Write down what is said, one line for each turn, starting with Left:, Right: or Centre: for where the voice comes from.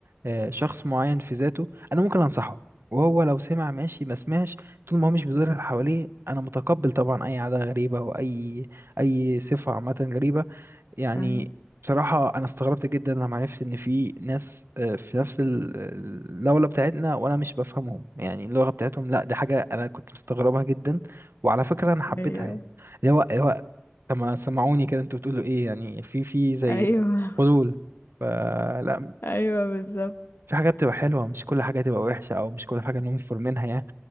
Right: آه، شخص معين في ذاته انا ممكن انصحه وهو لو سمع ماشي ما سمعش طول ما هو مش بيضر اللي حواليه انا متقبل طبعا اي عاده غريبه واي اي صفه عامه غريبه يعني
Left: أي-
Right: بصراحة أنا استغربت جدا لما عرفت إن في ناس آه، في نفس ال- الدولة بتاعتنا وأنا مش بفهمهم يعني اللغة بتاعتهم لا دي حاجة أنا كنت مستغربها جدا وعلى فكرة أنا حبيتها
Left: ايوه
Right: يعني اللي هو اللي هو طب ما سمعوني كده أنتوا بتقولوا إيه يعني في في زي
Left: ايوه
Right: فضول فلا
Left: ايوه بالظبط
Right: في حاجة بتبقى حلوة مش كل حاجة تبقى وحشة أو مش كل حاجة ننفر منها يعني